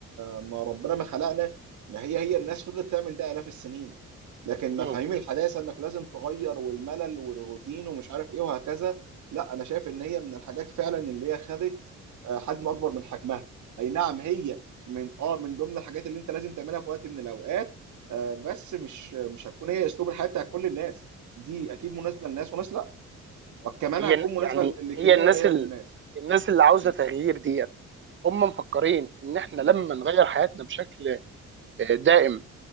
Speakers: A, on the right (about 70°); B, on the right (about 40°).
A: لما ربنا ما خلقنا ما هي هي الناس فضلت تعمل ده آلاف السنين لكن
B: مم.
A: مفاهيم الحداثة انك لازم تغير والملل والروتين ومش عارف ايه وهكذا لا انا شايف ان هي من الحاجات فعلا اللي هي خدت آه، حجم اكبر من حجمها اي نعم هي من اه من ضمن الحاجات اللي انت لازم تعملها في وقت من الاوقات آه، بس مش مش هتكون هي اسلوب الحياة بتاع كل الناس دي اكيد مناسبة لناس وناس لا وكمان
B: هي
A: هتكون مناسبة
B: يعني
A: لكمية
B: هي الناس
A: قليلة
B: ال...
A: من الناس
B: الناس اللي عاوزه
A: م-
B: تغيير ديت هم مفكرين ان احنا
A: م-
B: لما نغير حياتنا بشكل آه، دائم